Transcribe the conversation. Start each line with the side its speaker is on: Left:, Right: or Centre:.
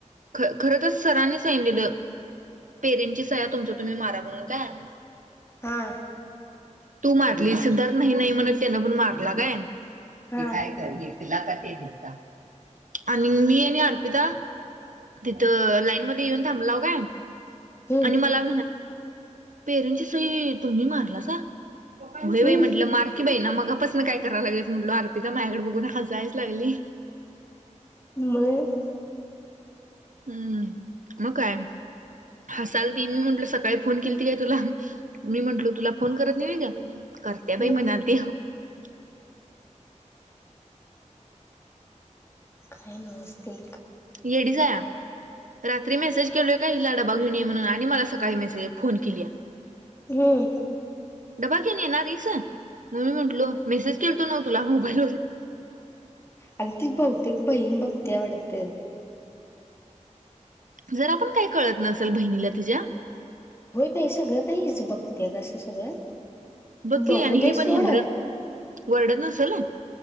Right: ख खर त सरांनी सांगितलेलं पेरेंटची सया तुमच्या तुम्ही मारा म्हणून काय
Left: हा
Right: तू मारली सिद्धार्थ नाही नाही म्हणत त्यानं पण मारला काय ते
Left: हा
Right: काय करली तिलाता ते दिता आणि मी आणि अर्पिता. तिथ लाईन मध्ये येऊन थांबला काय
Left: हम्म
Right: आणि मला पेरची सई तुम्ही मारला म्हटलं
Left: हम्म
Right: मार की बई ना मगापसून काय कराय लागेल म्हटो अर्पिता माझ्याकडे बघून हसायला लागली.
Left: मग.
Right: हम्म मग काय हसाल त मी म्हंटल सकाळी फोन केली त काय तुला. मी म्हंटलो तुला फोन करत नाही का करत्या
Left: हम्म
Right: बाई म्हणाल ते. <inaudible>
Left: काय नमस्ते.
Right: येडीच्या रात्री मेसेज केलोय का हिला डबा घेऊण ये म्हणून आणि मला सकाळी मेसेज फोन केली आहे.
Left: हम्म
Right: डबा घेऊन येणारिस म्हणून म्हटलो मेसेज केलतो नाव तुला मोबाईल वर.
Left: अग ती बहुतेक बहीण बघतिया वाटत?
Right: जरा पण काय कळत नसेल बहिणीला तिच्या.
Left: होय बाई सगळं काही हिच बघतेय कासं सगळं.
Right: बघ की
Left: बघू
Right: आणि
Left: दे
Right: हे
Left: सोड
Right: पण हेंदर वरडत नसेल.